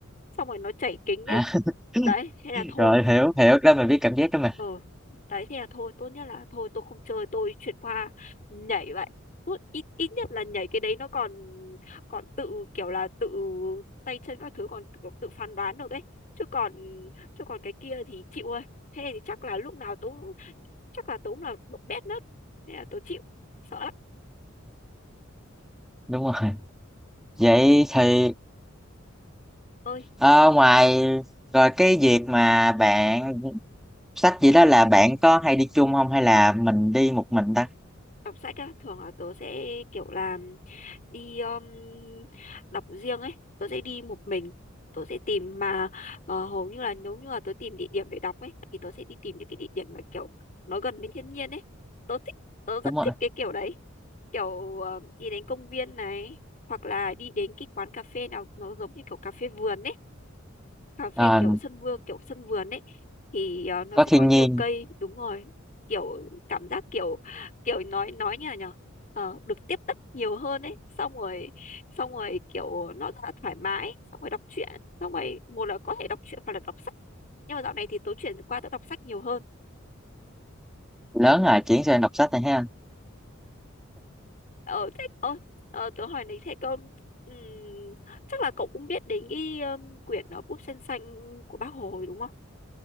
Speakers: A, on the left; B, in the centre.
A: xong rồi nó chảy kính ấy
B: à,
A: đấy hay là
B: <laughs>
A: thôi
B: rồi hiểu hiểu đó mình biết cảm giác đó mà
A: ờ đấy thì là thôi tốt nhất là thôi tôi không chơi tôi chuyển qua nhảy vậy tốt ít ít nhất là nhảy cái đấy nó còn còn tự kiểu là tự tay chân các thứ còn tự, tự phán đoán được ấy chứ còn chứ còn cái kia thì chịu ơi thế thì chắc là lúc nào tôi cũng- chắc là tôi cũng là độ bét nớt thế là tôi chịu sợ lắm
B: đúng rồi vậy thì
A: ơi
B: ờ, ngoài rồi cái việc mà bạn sách gì đó là bạn có hay đi chung không hay là mình đi một mình ta
A: đọc sách á thường là tớ sẽ kiểu là đi um, đọc riêng ấy tớ sẽ đi một mình tớ sẽ tìm mà ờ, hầu như là nếu như là tớ tìm địa điểm để đọc ấy thì tớ sẽ đi tìm những cái địa điểm mà kiểu nó gần với thiên nhiên ấy tớ thích tớ rất
B: đúng rồi
A: thích cái kiểu đấy kiểu ờ, đi đến công viên này hoặc là đi đến cái quán cà phê nào nó giống như kiểu cà phê vườn ấy cà phê
B: Ờ,
A: kiểu sân vườn kiểu sân vườn ấy thì ờ, nó
B: có
A: sẽ
B: thiên
A: có nhiều
B: nhiên
A: cây đúng rồi kiểu cảm giác kiểu kiểu nói nói như là nhở Ờ, được tiếp đất nhiều hơn ấy xong rồi xong rồi kiểu nó rất là thoải mái xong rồi đọc truyện xong rồi một là có thể đọc truyện hoặc là đọc sách nhưng mà dạo này thì tớ chuyển qua tớ đọc sách nhiều hơn
B: lớn rồi chuyển sang đọc sách này ha
A: ờ thế ờ, ờ tớ hỏi này thế cậu ừm, chắc là cậu cũng biết đến cái um, quyển ờ, búp sen xanh của bác Hồ rồi đúng không